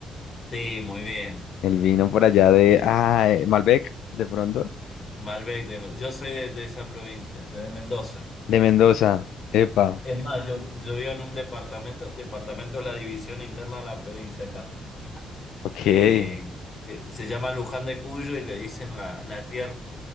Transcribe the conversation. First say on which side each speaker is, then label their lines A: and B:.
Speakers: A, on the left (about 40°); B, on the left (about 80°).
A: Sí, muy bien.
B: El vino por allá de...
A: Sí.
B: Ah, eh, Malbec, de pronto.
A: Eh, Malbec, de- yo soy de, de esa provincia, de Mendoza.
B: De Mendoza. Epa.
A: Es más, yo, yo vivo en un departamento, departamento es la división interna de la provincia acá.
B: Ok.
A: Eh, eh, se llama Luján de Cuyo y le dicen la, la tierra